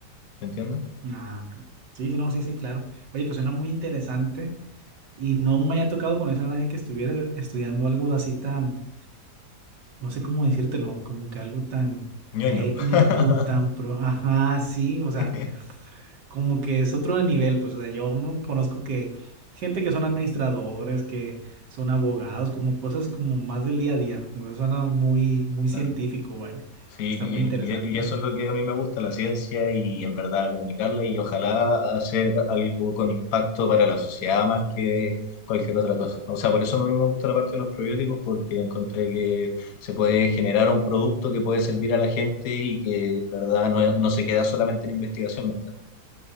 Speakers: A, on the left; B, on the right.
A: ¿entiendes?
B: Ah, ok. Sí, sí, no, sí, sí, claro. Oye, pues suena muy interesante y no me haya tocado conocer a nadie que estuviera estudiando algo así tan, no sé cómo decírtelo, como que algo tan
A: Ñoño.
B: técnico,
A: <laughs>
B: tan pro, ajá, sí, o sea,
A: <laughs>
B: como que es otro nivel, pues, o sea, yo no conozco que gente que son administradores, que son abogados, como cosas como más del día a día, o sea, suena muy, muy científico,
A: Claro.
B: vaya,
A: Sí,
B: está
A: y,
B: muy interesante.
A: y- y eso es lo que a mí me gusta, la ciencia y en verdad comunicarla y ojalá hacer algo con impacto para la sociedad más que cualquier otra cosa. O sea, por eso a mí me gusta la parte de los probióticos porque encontré que se puede generar un producto que puede servir a la gente y que en verdad no, es- no se queda solamente en investigación, ¿me entiendes?